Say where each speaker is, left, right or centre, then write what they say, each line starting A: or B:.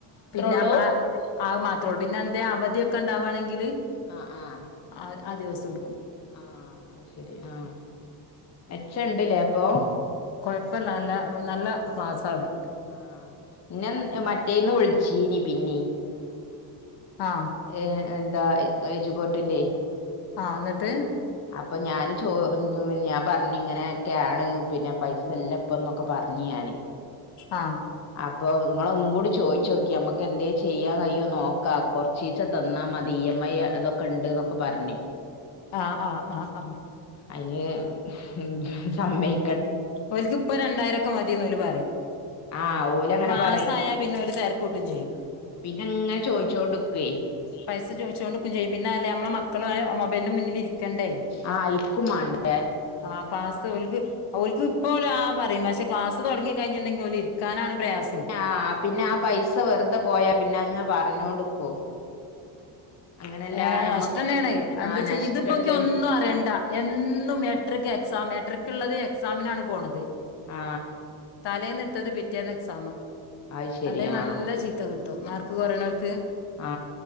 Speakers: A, on the left; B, on the left.
A: പിന്നെ
B: ഉള്ളൂ
A: നമ്മള ആ മാത്ര ോ പിന്നെ എന്താ അവധിയൊക്കെ ഉണ്ടാവാണെങ്കില്
B: ആഹ ആഹ
A: ആ ആ ദിവസം ഉടുക്കും
B: ആ അത് ശരി ആ മെച്ചണ്ട്ല്ലേ അപ്പൊ
A: കൊഴപ്പല്ല ല്ലേ നല്ല ക്ലാസ്സാ അവിടെ
B: ആ ഇന്ന് മറ്റേന്ന് വിളിച്ചീനി പിന്നീ
A: ആഹ്
B: ഏ എന്താ യജുബോർട്ടിന്റെറെ
A: ആ എന്നിട്ട്
B: അപ്പൊ ഞാന് ചോ ഞാൻ പറഞ്ഞ് ഇങ്ങനെയൊക്കെയാണ് പിന്നെ പൈസ എല്ല ഇപ്പന്നൊക്കെ പറഞ്ഞഞ് ഞാന്
A: ആഹ്
B: ആപ്പ് അപ്പൊ നിങ്ങള് ഒന്നും കൂടി ചോയിച്ച് നോക്കി നമ്മക്ക് എന്തേല് ചെയ്യാൻ കയ്യൊ നോക്ക കൊറച്ചീച്ച തന്നാ മതി ഈ എം ഐ അതൊക്കെ ഉണ്ട് എന്നൊക്കെ പറഞ്ഞി
A: ആ ആ ആ ആ
B: അയിന് ഉം സമ്മയ്
A: ഓൽക്ക് ഇപ്പോ രണ്ടായിരൊക്കെ മതീന്ന് ഓല് പറയും
B: ആ ഓല്
A: ഒരു
B: അങ്ങനെ
A: മാസായാ
B: പറയും
A: പിന്നെ ഓല് തെരക്കൂട്ടും ചെയ്യും
B: പിന്നെങ്ങനെ ചോയിച്ചോണ്ട്ക്കൃ
A: പൈസ ചോദിച്ചോണ്ട് ക്ക് ചെയ്യും പിന്നെ അല്ലെ നമ്മളെ മക്കളായ മൊബൈലിൻറ്റെ മുന്നിൽലിരി ക്ക്ണ്ടേ
B: ആഹ് ആയിരിക്കും മാണ്ടേ
A: ആ ക്ലാസ്സ് ഓൽക്ക് ഓൽക്ക് ഇപ്പം ആ പറയും പക്ഷെ ക്ലാസ്സ് തുടങ്ങി കഴിഞ്ഞുണ്ടെങ്കിൽ ഓല് ഇരിക്കാനാണ് പ്രയാസേ
B: ആ പിന്നെ ആ പൈസ വെറുതെ പോയാ പിന്നെ അങ്ങ് പറഞ്ഞോണ്ട്ക്കും അങ്ങനെയല്ല
A: ഏ
B: ഞമ്മക്ക്
A: നഷ്ടം തന്നെണ് എന്ത്ച്ചാ
B: ആഹ് നഷ്ടണ്ട്
A: ഇതിപ്പോക്ക് ഒന്നും അറിയണ്ട എന്നും എട്ടരക്ക് എക്സാം എട്ടരക്കുള്ളത് എക്സാമിനാണ് പോണത്
B: ആ
A: തലേന്നെടുത്തത് പിറ്റേന്ന് എക്സാമ്
B: അത് ശരി
A: അല്ലെ
B: ആഹ്
A: നല്ല ചീത്ത കി ട്ടോ മാർക്ക് കുറയണോർക്ക്
B: ആ